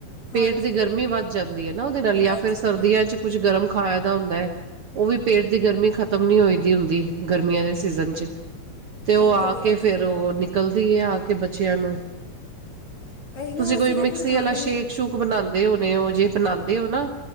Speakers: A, on the right; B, on the left.
A: ਪੇਟ
B: ਹਾਂਜੀ
A: ਦੀ ਗਰਮੀ ਵੱਧ ਜਾਂਦੀ ਹੈ ਨਾ ਉਹਦੇ ਨਾਲ ਜਾਂ
B: ਵੱਧ
A: ਫਿਰ
B: ਜਾਂਦੀ
A: ਸਰਦੀਆਂ
B: ਹੈ
A: ਚ ਕੁੱਝ ਗਰਮ, ਖਾਇਆ ਦਾ ਹੁੰਦਾ ਹੈ, ਉਹ ਵੀ ਪੇਟ ਦੀ ਗਰਮੀ ਖਤਮ ਨਹੀਂ ਹੋਈ ਦੀ ਹੁੰਦੀ ਗਰਮੀਆਂ ਦੇ, ਸੀਜ਼ਨ ਚ ਤੇ ਉਹ
B: ਇਹ ਵੀ
A: ਆ
B: ਤੁਹਾਡੀ
A: ਕੇ
B: ਗੱਲ ਠੀਕ
A: ਫੇਰ ਉਹ
B: ਹੈ
A: ਨਿਕਲਦੀ ਹੈ, ਆ ਕੇ ਬੱਚਿਆਂ ਨੂੰ,
B: ਇਹੀ ਨਾ
A: ਤੁਸੀਂ
B: ਅਸੀਂ
A: ਕੋਈ
B: ਤਾਂ
A: ਮਿਕਸੀ
B: ਖੁਦ ਖਾ
A: ਵਾਲਾ
B: ਲੈਂਦੇ
A: ਸ਼ੇਕ
B: ਹਾਂ
A: ਸ਼ੂਕ ਬਣਾਉਂਦੇ ਹੋਣੇ ਹੋ ਜੇ ਬਨਾਉਂਦੇ ਹੋ ਨਾ,